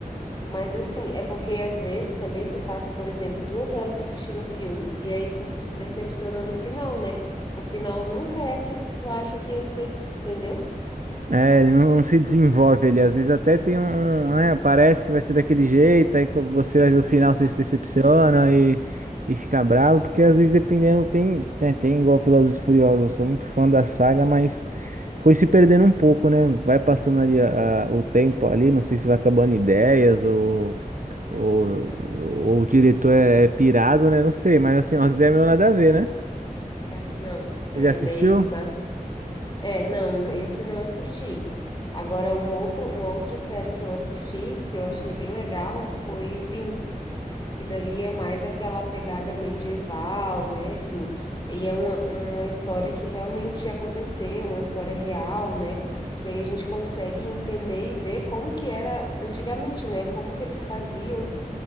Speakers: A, on the left; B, on the right.
A: Mas assim, é porque às vezes também tu passa, por exemplo, duas horas assistindo um filme e aí tu se decepciona no final, né? O final nunca é aquilo que tu acha que ia ser, entendeu?
B: É, ele não, não se desenvolve ele Às vezes até tem um, um, né? Parece que vai ser daquele jeito, aí quando você vai ver o final, você se decepciona e, e fica bravo, porque às vezes dependendo tem, né, tem igual Velozes e Furiosos, eu sou muito fã da saga, mas foi se perdendo um pouco, né? Vai passando ali a-
A: Sim.
B: a- o tempo ali, não sei se vai acabando ideias ou, ou,
A: Aham.
B: ou o diretor é, é pirado, né? Não sei, mas assim, umas ideias meio nada a ver, né?
A: É, não, é
B: Você já assistiu?
A: meio, né? É, não, esse não assisti. Agora, um outro, uma outra série que eu assisti, que eu achei bem legal, foi Vinx, que daí é mais aquela pegada medieval, né? Assim, e é uma, uma história que realmente aconteceu, uma história real, né? Daí a gente consegue entender e ver como que era antigamente, né? Como que eles faziam